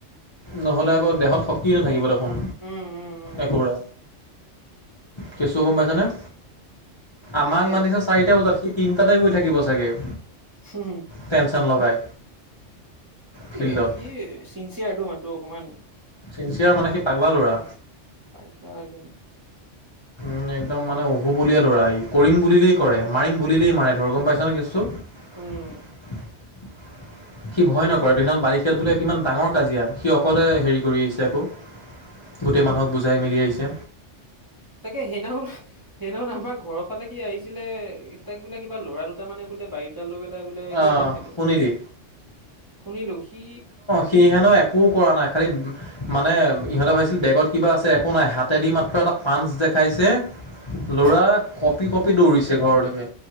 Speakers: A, on the left; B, on the right.
A: নহ'লে আকৌ দেহত শক্তি নাথাকিব দেখোন
B: উম উম উম
A: একেবাৰে। কেছটো গম পাইছ নে?
B: তাকে
A: আমাক মাতিছে চাৰিটা বজাত সি তিনটাতে গৈ থাকিব চাগে।
B: হু হু
A: টেনচন লগাই। ফিল্ডত
B: কি সি চিনচিয়াৰটো মানুহটো অকমান।
A: চিনচিয়াৰ মানে সি পাগলা ল'ৰা।
B: পাগলা একদম।
A: উম একদম মানে অহুবলীয়া ল'ৰা ই কৰিম বুলিলেই কৰে মাৰিম বুলিলেই মাৰে ধৰ গম পাইছা নে কেছটো
B: উম
A: <inaudible> সি ভয় নকৰে সেইদিনা বাৰিষাত বোলে কিমান ডাঙৰ কাজিয়া সি অকলে হেৰি কৰি আহিছে আকৌ গোটেই মানুহক বুজাই মেলি আহিছে
B: তাকে সেইদিনাখন সেইদিনাখন আমাৰ ঘৰৰ ফালে সি আহিছিলে তাক বোলে কিবা ল'ৰা দুটা মানে বোলে বাৰী দুডাল লৈ পেলাই বোলে
A: আহ
B: কিবা দম দিলে
A: শুনিলি
B: শুনিলো সি
A: সি হেনো একো কৰা নাই খালী মানে ইহঁতে ভাবিছিল বেগত কিবা আছে একো নাই হাতেদি মাত্ৰ এটা পাঞ্চ দেখাইছে ল'ৰা
B: অ,
A: কঁপি কঁপি দৌৰিছে ঘৰলৈকে